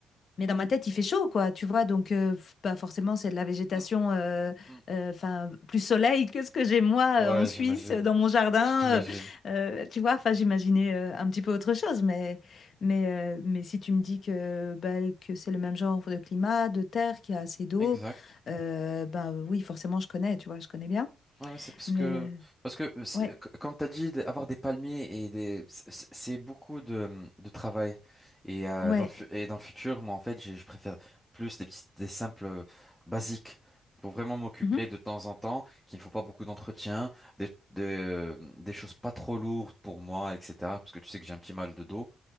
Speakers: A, on the left (about 50°); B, in the centre.
A: mais dans ma tête, il fait chaud, quoi, tu vois? Donc, heu, f bah, forcément, c'est de la végétation,
B: Mm,
A: heu
B: mm.
A: heu, enfin, plus soleil que ce que j'ai, moi,
B: Ouais,
A: heu, en Suisse,
B: j'imagine.
A: heu, dans mon jardin,
B: J'imagine.
A: heu heu, tu vois? Enfin, j'imaginais, heu, un petit peu autre chose, mais mais heu, mais si tu me dis que, bah, que c'est le même genre de climat, de terre, qu'il y a assez d'eau,
B: Exact.
A: euh, bah oui, forcément, je connais, tu vois, je connais bien.
B: Ouais, ouais, c'est parce
A: Mais
B: que
A: euh,
B: parce que euh, c'est-
A: ouais,
B: qu- quand t'as dit d- avoir des palmiers et des c'est c'est- c'est beaucoup de, de travail et euh,
A: ouais.
B: dans le fu- et dans le futur moi en fait j'ai- je préfère plus des petits des simples euh, basiques pour vraiment m'occuper
A: Mhm,
B: de temps en temps qu'il ne faut pas beaucoup d'entretien des des, euh, des choses pas trop lourdes pour moi etc parce que tu sais que j'ai un petit mal de dos